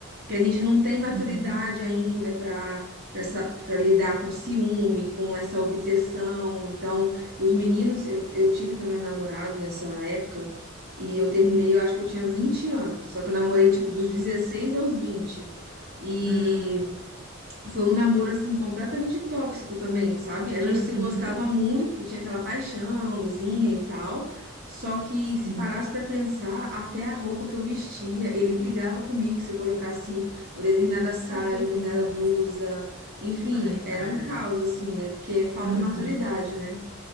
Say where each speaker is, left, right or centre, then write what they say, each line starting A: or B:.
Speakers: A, on the right (about 45°); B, on the right (about 30°).
A: Que a gente não tem maturidade
B: aham.
A: ainda para para lidar com ciúme, com essa obsessão. Então, os meninos, eu, eu tive também um namorado nessa época e eu terminei, eu acho que eu tinha 20 anos, só que eu namorei tipo dos dezesseis aos vinte E
B: Uhum,
A: foi um namoro assim completamente tóxico também, sabe? A gente
B: uhum,
A: se gostava
B: uhum.
A: muito, que tinha aquela paixãozinha e tal. Só que
B: sim.
A: se parasse pra pensar, até a roupa que eu vestia, ele brigava comigo que se eu colocasse uma determinada saia,
B: Não acredito
A: uma determinada
B: nisso.
A: blusa, enfim,
B: Ai,
A: era
B: cara.
A: um caos assim, né? Porque falta
B: Uhum.
A: maturidade, né?